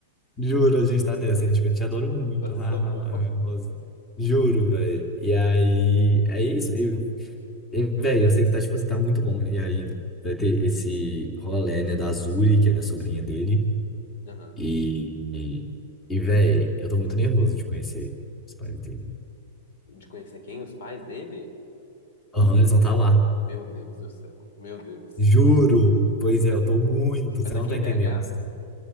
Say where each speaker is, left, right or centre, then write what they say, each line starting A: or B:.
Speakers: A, on the left (about 20°); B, on the left (about 65°).
A: Juro, a gente tá nessa, gente, que eu te adoro muito.
B: Passando
A: ha, ha,
B: mal.
A: ha, é Nossa. Juro, velho. E aí, é isso. Eu,
B: <laughs>
A: velho, eu sei que tá, tipo assim, tá muito bom. E aí vai ter esse rolê, né, da Azuri, que é a sobrinha dele.
B: Aham.
A: E, e velho, eu tô muito nervoso de conhecer os pais dele.
B: De conhecer quem? Os pais dele?
A: Aham, eles vão estar tá lá.
B: Meu Deus do céu. Meu Deus.
A: Juro. Pois
B: Mas
A: é, eu tô muito.
B: mas
A: Você não
B: aqui
A: tá
B: em
A: entendendo,
B: BH?
A: assim.